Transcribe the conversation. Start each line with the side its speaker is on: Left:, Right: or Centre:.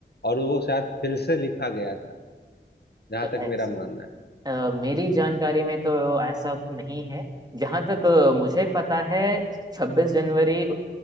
Left: और वो शायद फिर से लिखा गया था जहां
Right: तो
Left: तक
Right: ऐस-
Left: मेरा मानना है
Right: अ, मेरी जानकारी में तो ऐसा नहीं है जहाँ तक अ, मुझे पता है छब्बीस जनवरी अ,